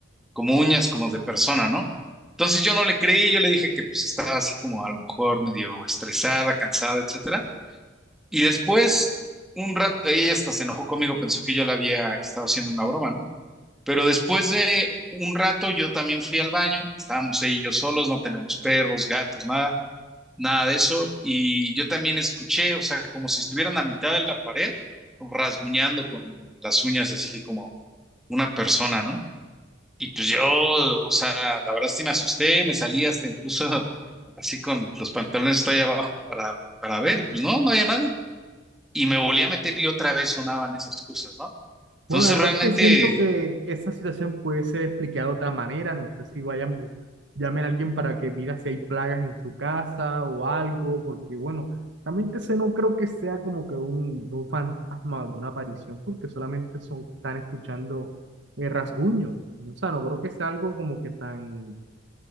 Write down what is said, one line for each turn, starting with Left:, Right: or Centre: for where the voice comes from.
Centre: como uñas como de persona, ¿no? Entonces yo no le creí, yo le dije que pues estaba así como a lo mejor medio estresada, cansada, etcétera. Y después, un rato, ella hasta se enojó conmigo, pensó que yo le había estado haciendo una broma, ¿no? Pero después de un rato yo también fui al baño, estábamos ella y yo solos, no tenemos perros, gatos, nada, nada de eso. Y yo también escuché, o sea, como si estuvieran a mitad de la pared, rasguñando con las uñas así como una persona, ¿no? Y pues yo, o sea, la verdad sí me asusté, me salí hasta incluso <laughs> así con los pantalones hasta ahí abajo para, para ver, y pues no, no había nadie y me volví a meter y otra vez sonaban esas cosas, ¿no? Entonces
Right: Bueno, la verdad
Centre: realmente,
Right: es que siento que, que esa situación puede ser explicada de otra manera. No sé si vayan, bu- llamen a alguien para que mira si hay plagas en su casa o algo, porque bueno, realmente ese no creo que sea como que un, un fantasma o alguna aparición, porque solamente son, están escuchando eh, rasguños. O sea, no creo que sea algo como que tan, o